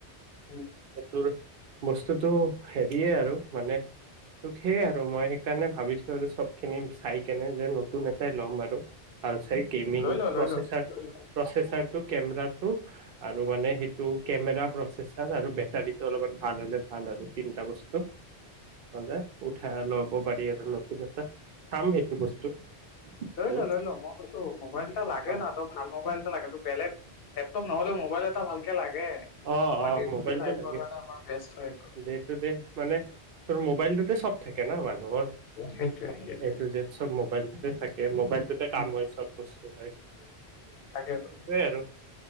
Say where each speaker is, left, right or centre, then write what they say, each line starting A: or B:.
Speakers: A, on the left; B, on the right.
A: উম
B: তোৰ বস্তুটো হেৰিয়ে আৰু মানে তোক সেইয়াই আৰু মই সেইকাৰণে ভাবিছো আৰু চবখিনি চাই কেনে যে নতুন এটাই লম আৰু। ভাল চাই গেমিং
A: লৈ ল
B: প্ৰচেচাৰ
A: লৈ ল লৈ ল
B: প্ৰচেচাৰটো কেমৰাটো আৰু মানে সেইটো কেমেৰা প্ৰচেচাৰ আৰু বেটাৰীটো অলপমান ভাল হ'লে ভাল আৰু। তিনটা বস্তু তি কলে উঠ। হে ল'ব পাৰি আৰু নতুন এটা, চাম সেইটো বস্তু
A: লৈ
B: তোৰ
A: ল লৈ ল মই কৈছো মোবাইলটা লাগে
B: অ
A: ন তই ভাল মোবাইল এটা লাগে বেলেগ লেপটপ নহ'লেও মোবাইল এটা ভালকে লাগে
B: অ
A: আমাৰ
B: অ
A: ডে টু
B: মোবাইলটো
A: ডে লাইফৰ
B: লাগে
A: কাৰণে আমাৰ বেষ্ট হয় এইটো
B: দে টু দে মানে তোৰ মোবাইলটোতে চব থাকে ন মানে <unintelligible> নহয়
A: সেইটোৱে সেইটোৱে
B: এই টু জেদ চব মোবাইলটোতে থাকে মোবাইলটোতে
A: উম
B: কাম হয় চব বস্তু হয় হয় <unintelligible>
A: তাকেতো
B: সেইটোৱেই আৰু